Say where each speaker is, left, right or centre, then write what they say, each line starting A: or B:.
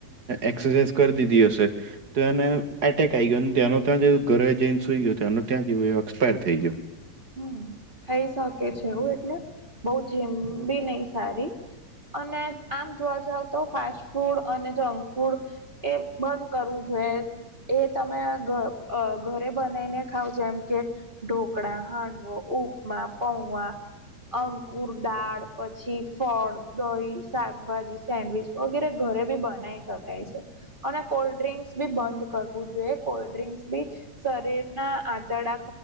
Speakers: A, on the right; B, on the right.
A: એક્સરસાઇઝ કરી દીધી હશે. તો એને એટેક આ આવી ગયો તેનો ત્યાં ઘરે જઈને સુઈ ગયો એ ત્યાં જે એક્સપાયર થઈ ગયો.
B: હમમ થઇ શકે છે હો એટલે બોવ જીમ ભી નહી સારી અને આમ જોવા જાવ તો ફાસ્ટ ફૂડ અને જંક ફૂડ એ બંધ કરવું જોઈએ એ તમે અ ઘરે બનાવીને ખાવ જેમ કે ઢોકળા ખાંડવો ઉપમા પૌવા અંકુર દાળ પછી ફળ દહી શાકભાજી સેન્ડવીચ વગેરે ઘરે બી બનાવી શકાય છે અને કોલ્ડ ડ્રિંક્સ બી બંધ કરવું જોઈએ કોલ્ડ્રિંક્સ બી શરીર આંતડા